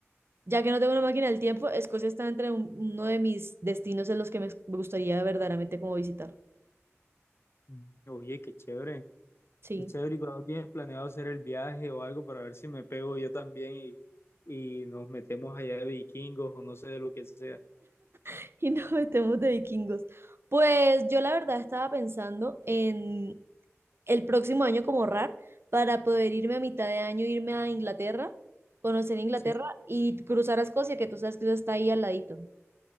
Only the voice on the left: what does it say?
Mm. Oye, qué chévere.
Qué chévere, ¿y cuando tienes planeado hacer el viaje o algo para ver si me pego yo también y, y nos metemos allá de vikingos o no sé de lo que sea?
Sí.